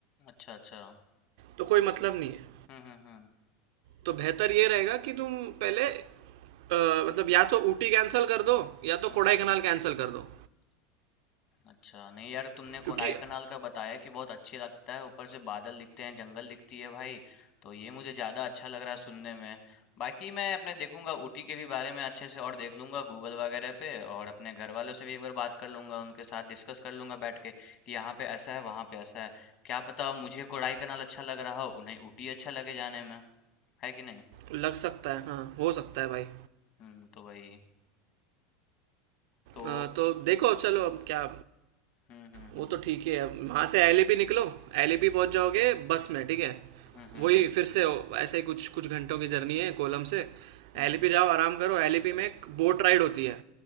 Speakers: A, on the left (about 35°); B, on the right (about 65°).
A: अच्छा, अच्छा।
B: तो कोई मतलब नहीं है
A: हुँ, हुँ, हुँ।
B: तो बेहतर ये रहेगा कि तुम पहले अ, मतलब या तो ऊटी कैंसिल कर दो या तो
A: हुँ।
B: कोडाई कनाल कैंसिल कर दो
A: अच्छा, नहीं यार तुमने
B: क्योंकि
A: कोनाई कनाल का बताया कि बहुत अच्छी लगता है, ऊपर से बादल दिखते हैं, जंगल दिखती है भाई, तो ये मुझे ज़्यादा अच्छा लग रहा है सुनने में। बाकी मैं अपने देखूंगा ऊटी के भी बारे में अच्छे से और देख लूंगा गूगल वगैरह पे और अपने घर वालों से भी एक बार बात कर लूंगा, उनके साथ डिस्कस कर लूंगा बैठ के कि यहाँ पे ऐसा है, वहाँ पे ऐसा है। क्या पता मुझे कोनाई कनाल अच्छा लग रहा हो, उन्हें ऊटी अच्छा लगे जाने में, है कि नहीं?
B: लग सकता है हाँ हो सकता है भाई
A: हुँ, तो वही। तो
B: अ, तो देखो चलो अब क्या
A: हुँ, हुँ,
B: वो
A: हुँ।
B: तो ठीक ही है वहाँ से एलिपी निकलो एलिपी पहुँच जाओगे बस में ठीक है
A: हुँ, हुँ,
B: वही
A: हुँ।
B: फिर से हो- ऐसे ही कुछ कुछ घंटों की जर्नी है कोलम से
A: हुँ,
B: एलिपी
A: हुँ।
B: जाओ आराम करो एलिपी में एक बोट राइड होती है